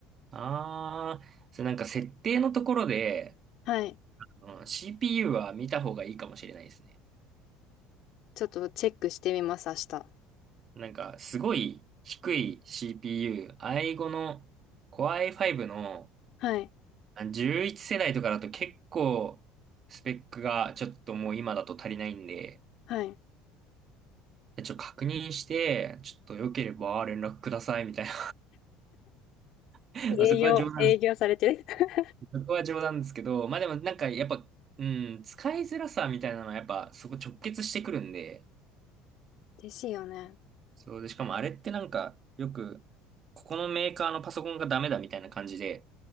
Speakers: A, on the right; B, on the left.
A: ああ、それなんか設定のところで、
B: はい。
A: うん CPU は見た方がいいかもしれないですね。
B: ちょっとチェックしてみます、明日。
A: なんかすごい低い CPU、i5 の Core i5 の
B: はい。
A: あ11世代とかだと結構スペックがちょっともう今だと足りないんで、
B: はい。
A: ちょっと確認して、ちょっと良ければ連絡くださいみたいな。<laughs> まあそこは冗談
B: 営業、営業されてる。<laughs>
A: そこは冗談ですけど、まあでもなんかやっぱ、うん、使いづらさみたいなのはやっぱそこ直結してくるんで、
B: ですよね。
A: そうで、しかもあれってなんかよく、ここのメーカーのパソコンがダメだみたいな感じで、